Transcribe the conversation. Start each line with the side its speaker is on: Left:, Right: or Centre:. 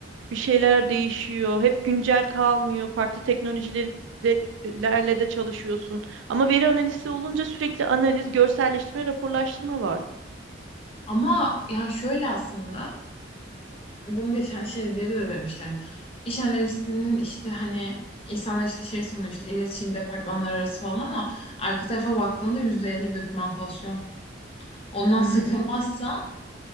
Right: Bir şeyler değişiyor. Hep güncel kalmıyor. Farklı teknolojileri de, lerle de çalışıyorsun. Ama veri analizi olunca sürekli analiz, görselleştirme, raporlaştırma var.
Left: Ama yani şöyle aslında bunu geçen şey biri de demişti hani iş analistinin işte hani insanlar işte şey sanıyor işte iletişim departmanları arası falan ama arka tarafa baktığında %50 dokümantasyon. Ondan
Right: Hmm.
Left: sıkılmazsan